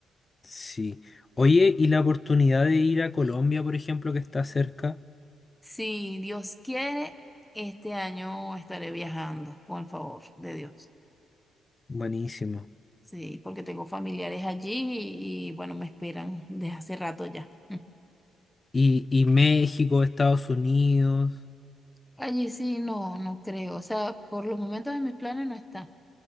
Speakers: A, on the left (about 25°); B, in the centre.
A: Sí. Oye, ¿y la oportunidad de ir a Colombia, por ejemplo, que está cerca?
B: Si Dios quiere, este año estaré viajando, con el favor de Dios.
A: Buenísimo.
B: Sí, porque tengo familiares allí y, y, bueno, me esperan desde hace rato ya. <laughs>
A: Y, y México, Estados Unidos,
B: Mm. Allí sí, no, no creo. O sea, por los momentos de mis planes no está.